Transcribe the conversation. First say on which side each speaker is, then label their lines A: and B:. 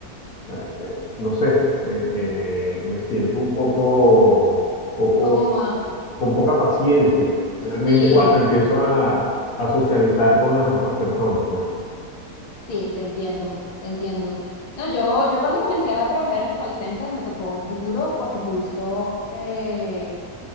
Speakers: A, on the left; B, on the left.
A: eh, eh, no sé, me, me, me siento un poco, poco,
B: Como más...
A: con poca paciencia, realmente
B: Sí.
A: cuando empiezo a, a socializar con las otras personas, pues.
B: Sí, te entiendo, te entiendo. No, yo, yo cuando comencé a trabajar en el call center me tocó duro porque justo eh,